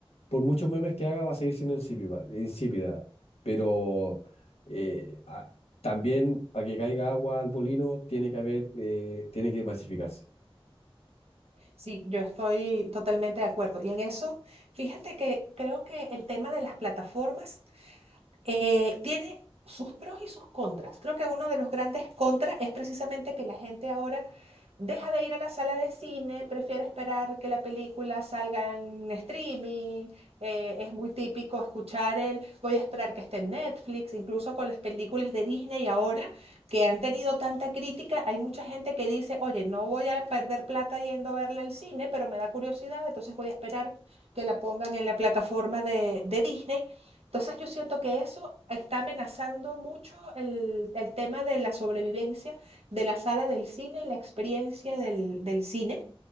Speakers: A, on the left (about 90°); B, on the right (about 85°).
A: por muchos memes que haga va a seguir siendo insípida, insípida. Pero eh, a- también para que caiga agua al molino tiene que haber, eh, tiene que masificarse.
B: Sí, yo estoy totalmente de acuerdo. Y en eso, fíjate que creo que el tema de las plataformas eh, tiene sus pros y sus contras. Creo que uno de los grandes contras es precisamente que la gente ahora deja de ir a la sala de cine, prefiere esperar que la película salga en streaming. eh, es muy típico escuchar el voy a esperar que esté en Netflix, incluso con las películas de Disney ahora que han tenido tanta crítica, hay mucha gente que dice, oye, no voy a perder plata yendo a verla al cine, pero me da curiosidad, entonces voy a esperar que la pongan en la plataforma de, de Disney. Entonces yo siento que eso está amenazando mucho el, el tema de la sobrevivencia de la sala del cine y la experiencia del, del cine.